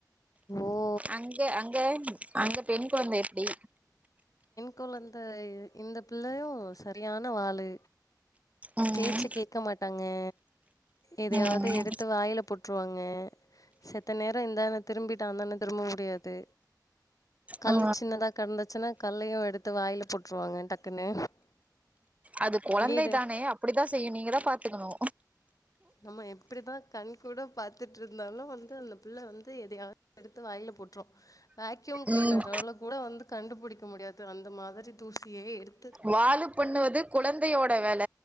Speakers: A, on the left; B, on the right.
A: ஓ
B: அங்க அங்க அங்க பெண் கொழந்த எப்டி
A: கொழந்த இந்த பிள்ளையு சரியான வாலு
B: ம்
A: பேச்ச கேக்க மாட் தங்கே எதையாவது
B: ம்
A: எடுத்து வாயில போட் டுருவாங்க செத்த நேரோ இந்தானத் திரும்பிட்டான் தானே திரும்ப முடியாது கல்லு
B: ஆ
A: சின்னதா கெடந்துச்சுன்னா கல்லையு எடுத்து வாயில போட்டுருவாங்க டக்குன்னு
B: அது கொழந்தை
A: வீடு
B: தானே அப்படிதா செய்யு நீங்கத பாத்துக்கணு
A: நம்ம எப்படிதா கண் கூட பாத்துட்ருந்தாலு வந்து அந்த பிள்ள வந்து எதையாவத் எடுத்து வாயில போட்ரு வேக்யூம் கிளீனர்
B: ம்
A: அளவு கூட வந்து கண்டுபுடிக்க முடியாது அந்த மாதிரி தூசியை எடுத்
B: வாலு பண்ணுவது குழந்தையோட வேல